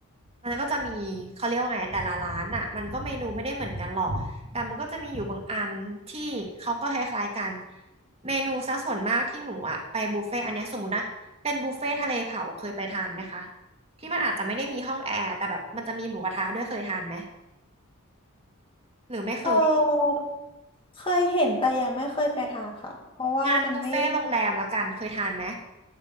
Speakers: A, on the right (about 30°); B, on the left (about 25°).
A: มันก็จะมีเขาเรียกว่าไงแต่ละร้านอ่ะมันก็เมนูไม่ได้เหมือนกันหรอกแต่มันก็จะมีอยู่บางอันที่เขาก็คล้ายๆกันเมนูซะส่วนมากที่หนูอ่ะไปบุฟเฟ่ต์อันเนี้ยสมมตินะเป็นบุฟเฟ่ต์ทะเลเผาเคยไปทานไหมคะที่มันอาจจะไม่ได้มีห้องแอร์แต่แบบมันจะมีหมูกระทะด้วยเคยทานไหมหรือไม่เคย
B: เออเคยเห็นแต่ยังไม่เคยไปทานค่ะเพราะว่ามันไม่
A: งานบุฟเฟ่ต์โรงแรมแล้วกันเคยทานไหม